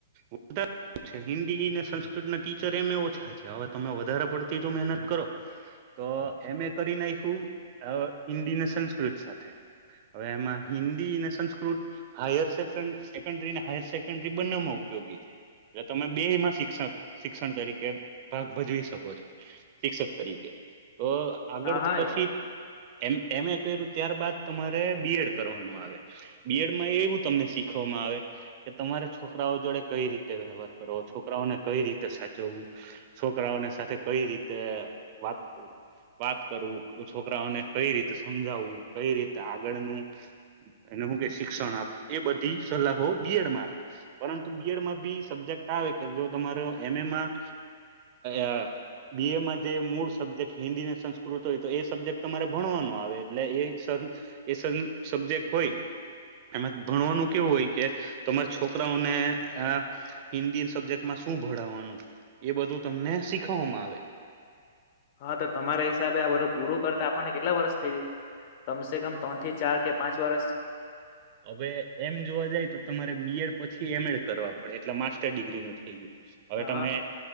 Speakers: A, on the right; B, on the left.
A: વધારે છે હિન્દી ને સંસ્કૃત ના ટીચર એમ એ ઓછા છે હવે તમે વધારે પડતી જો મહેનત કરો. તો એમે કરી નાખ્યું હિન્દી ને સંસ્કૃત સાથે. હવે એમાં હિન્દી ને સંસ્કૃત, હાયર સ સેકન્ડ હાયર સેકન્ડરી બંનેમાં ઉપયોગી છે. એટ તમે બેમાં શિક્ષક શિક્ષણ તરીકે ભાગ ભજવી શકો છો, શિક્ષક તરીકે. તો આગળ
B: હા
A: તો
B: હા
A: પછી એમ એમે કર્યું ત્યારબાદ તમારે બી એડ કરવાનું આવે, બી એડમાં એવું તમને શીખવામાં આવે, કે તમારે છોકરાઓ જોડે કઈ રીતે વ્યવહાર કરો છોકરાઓને કઈ રીતે સાચવવું, છોકરાઓને સાથે કઈ રીતે વાત વાત કરવું છોકરાઓને કઈ રીતે સમજાવું કઈ રીત તે આગળનું, એને હું કે શિક્ષણ આપું એ બધી સલાહો બીએડમાં આપે. પરંતુ બીએડમાં બી સબ્જેક્ટ આવે કે જો તમારો એ મેમાં અ બીએમાં જે મૂળ સબ્જેક્ટ હિન્દી સંસ્કૃત હોય તો એ સબ્જેક્ટ તમારે ભણવાનો આવે એટલે એ સર એ સબ સબ્જેક્ટ હોય. એમાં ભણવાનું કેવું હોય કે, તમારા છોકરાઓને આ હિન્દી સબ્જેક્ટમાં શું ભણાવવાનું એ બધું તમને શીખવામાં આવે.
B: હા તો તમારા હિસાબે આ બધું પૂરું કરતા આપણને કેટલા વર્ષ થઇ જાય? કમસે કમ ત્રણથી ચાર કે પાંચ વર્ષ
A: હવે એમ જોવા જાય તો તમારે બી એડ પછી એમ એડ કરવા પડે એટલે માસ્ટર ડિગ્રીનું થઇ ગયું. હવે
B: હા
A: તમે
B: હા